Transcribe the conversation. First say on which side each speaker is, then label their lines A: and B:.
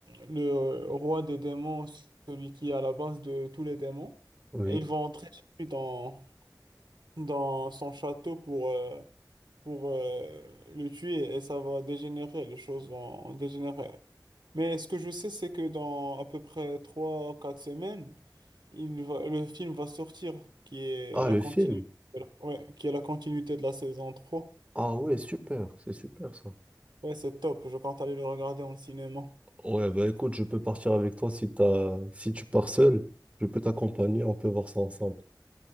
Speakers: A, on the right; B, on the right.
A: le euh, roi des démons, celui qui est à la base de tous les démons,
B: oui.
A: et ils vont entrer chez lui dans dans son château pour, euh, pour euh, le tuer et ça va dégénérer, les choses vont dégénérer. Mais ce que je sais, c'est que dans à peu près 3 ou 4 semaines, il va, le film va sortir, qui est
B: Ah,
A: la
B: le
A: continuité,
B: film.
A: ouais, qui est la continuité de la saison trois
B: Ah ouais, super, c'est super ça.
A: Ouais, c'est top, je compte aller le regarder en cinéma.
B: Ouais, bah écoute, je peux partir avec toi si t'as... si tu pars seul, je peux t'accompagner, on peut voir ça ensemble.